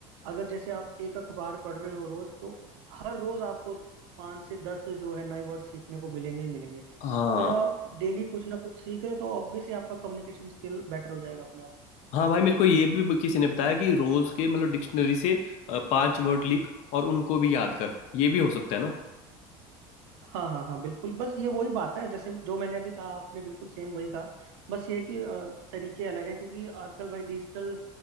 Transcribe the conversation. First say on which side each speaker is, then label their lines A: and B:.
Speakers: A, on the right; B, on the left.
A: अगर जैसे आप एक अखबार पढ़ रहे हो रोज तो हर रोज आपको पांच से दस जो है नए वर्ड सीखने को मिलेंगे ही मिलेंगे
B: हाँ
A: तो जब आप डेली कुछ ना कुछ सीख रहे हो तो ऑब्वियसली आपका कम्युनिकेशन स्किल बेटर हो जाएगा अपने आप
B: हाँ भाई मेरे को ये भी ब- किसी ने बताया कि रोज के मतलब डिक्शनरी से अ, पांच वर्ड लिख और उनको भी याद कर ये भी हो सकता है ना
A: हाँ हाँ हाँ बिल्कुल बस ये वही बात है जैसे जो मैंने अभी कहा आपने बिल्कुल सेम वही कहा बस ये है कि अ, तरीके अलग हैं क्योंकि आजकल भाई डिजिटल